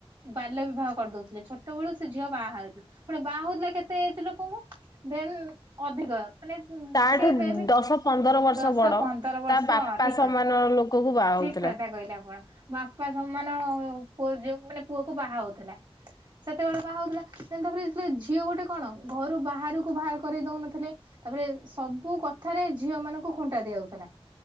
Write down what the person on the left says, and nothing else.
ତାଠୁ
ଦଶ ପନ୍ଦର ବର୍ଷ
ବଡ
ତା ବାପା
ସମାନ ଲୋକକୁ ବାହା ହଉଥିଲା